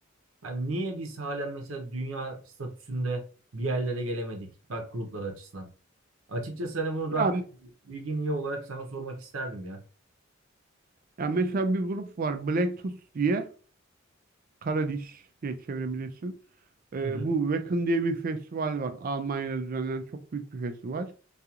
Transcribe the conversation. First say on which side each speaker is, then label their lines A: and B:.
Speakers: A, on the right; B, on the right.
A: hani niye biz halen mesela dünya statüsünde bir yerlere gelemedik rock grupları açısından? Açıkçası hani bunu
B: ya,
A: rock bilgin iyi olarak sana sormak isterdim ya.
B: ya mesela bir grup var Black Tooth diye. Karadiş diye çevirebilirsin. Ee,
A: Hı hı.
B: bu Wacken diye bir festival var. Almanya'da düzenlenen çok büyük bir festival.